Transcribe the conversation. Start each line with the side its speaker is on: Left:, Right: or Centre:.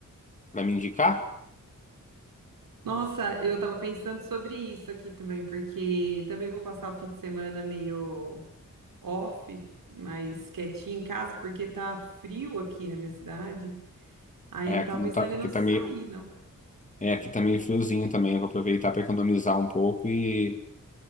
Left: pra me indicar?
Right: Nossa, eu tava pensando sobre isso aqui também, porque também vou passar o fim de semana meio off, mais quietinho em casa, porque tá frio aqui na minha cidade. Aí
Left: É,
Right: eu não
Left: aqui
Right: tava
Left: não
Right: pensando
Left: tá. Aqui
Right: em não sair,
Left: tá meio.
Right: não.
Left: É, aqui tá meio friozinho também. Vou aproveitar pra economizar um pouco e,